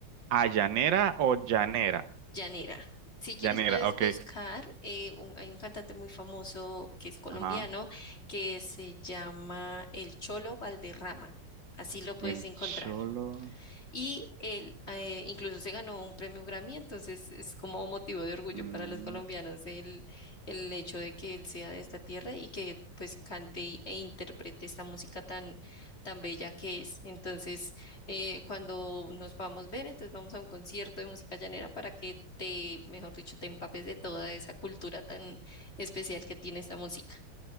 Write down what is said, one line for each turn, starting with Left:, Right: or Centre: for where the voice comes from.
Right: allanera o llanera.
Left: Llanera. Si
Right: Llanera,
Left: quieres puedes
Right: ok.
Left: buscar, eh, un- hay un cantante muy famoso que es colombiano
Right: Ajá.
Left: que se llama El Cholo Valderrama. Así lo puedes
Right: El
Left: encontrar.
Right: cholo.
Left: y él eh, incluso se ganó un premio Grammy, entonces es como motivo de orgullo
Right: mm,
Left: para los colombianos el, el hecho de que él sea de esta tierra y que pues cante e interprete esta música tan, tan bella que es. Entonces, eh, cuando nos vamos a ver, entonces vamos a un concierto de música llanera para que te, mejor dicho, te empapes de toda esa cultura tan especial que tiene esta música.